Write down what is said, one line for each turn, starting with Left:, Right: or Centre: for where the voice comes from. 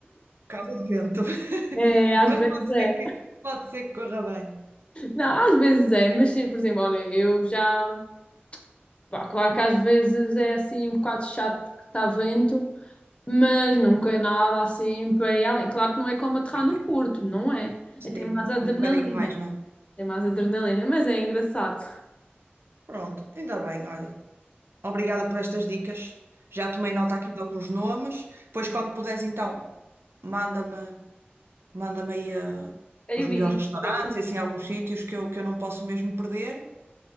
Right: Calo vento, <laughs>
Left: É, às
Right: Mas
Left: vezes
Right: pode
Left: é.
Right: ser que, pode ser que corra bem.
Left: Não, às vezes é, mas sim, por exemplo, olha, eu já. pá, claro que às vezes é assim um bocado chato porque está vento, mas nunca é nada assim para ir além. Claro que não é como aterrar
Right: Ok.
Left: no Porto, não é?
Right: Sim,
Left: É, tem mais adrenalina.
Right: um bocadinho mais, não é?
Left: Tem mais adrenalina, mas é engraçado.
Right: Pronto, ainda bem, olha. Obrigada por estas dicas. Já tomei nota aqui de alguns nomes. Pois quando puderes, então, manda-me, manda-me aí eh,
Left: Eu
Right: os melhores
Left: vi.
Right: restaurantes
Left: Está
Right: e assim alguns sítios que eu, que eu não posso mesmo perder.